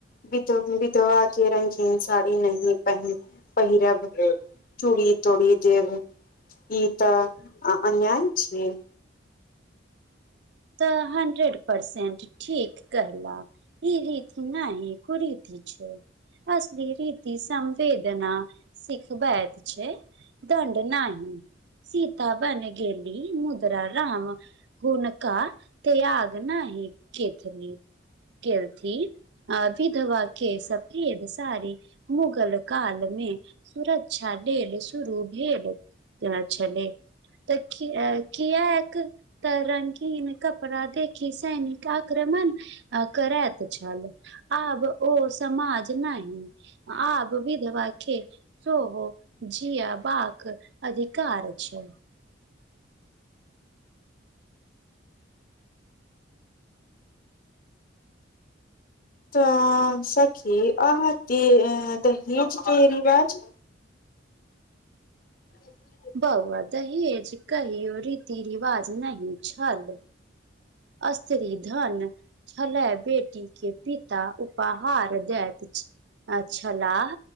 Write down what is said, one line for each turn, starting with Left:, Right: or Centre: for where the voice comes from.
Left: विध विधवा के रंगीन साड़ी नहि पहि पहिरब चूड़ी तुड़ी जेब ई तऽ अन्याय छियै
Right: तऽ हंड्रेड परसेंट ठीक कहला ई रीति नहि कुरीति छै असली रीति संवेदना सिखबैत छै दंड नाहि सीता बन गेली मुद्रा राम हुन का तेयाग नाहि केथली केलथी आ विधवा के सफेद साड़ी मुगल काल मे सुरक्षा लेल शुरू भेल ते छलै तऽ कियाक त रंगी न कपड़ा देखि सैनिक आक्रमण आ करैत छल आब ओ समाज नहि आब विधवा के सोहो जियाबाक अधिकार छै
Left: त सखी अहां के दहेज के रिवाज <unintelligible>
Right: बौआ दहेज कहियो रीति रिवाज नहि छल अस्त्री धन छलए बेटी के पिता उपहार देैत छलाह